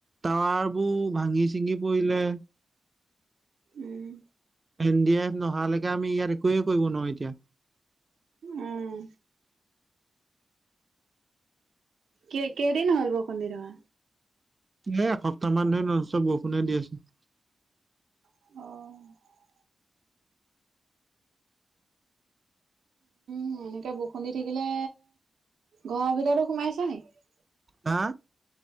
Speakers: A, on the right; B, on the right.
A: টাৱাৰ বোৰ ভাঙি চিঙি পৰিলে।
B: উম।
A: এন ডি আই এফ নহালেকে আমি ইয়াত একোৱে কৰিব নোৱাৰো এতিয়া।
B: উম, কে কেইদিন হল বৰষূণ দি থকা?
A: এ এসপ্তাহ মান ধৰি নন ষ্টপ বৰষুণে দি আছে।
B: অঁ। এ এনেকে বৰষূণ দি থাকিলে, ঘৰৰ ভিতৰতো সোমাইছে নেকি?
A: হা